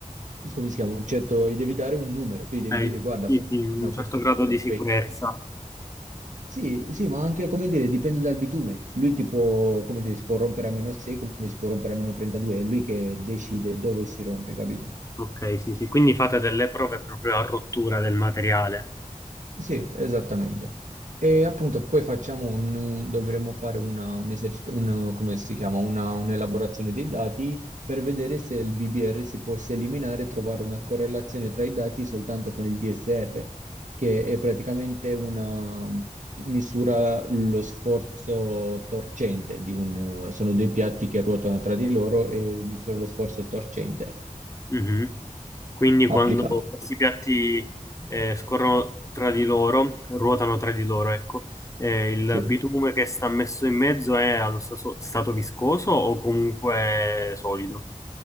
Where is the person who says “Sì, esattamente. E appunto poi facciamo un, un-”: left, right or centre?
Right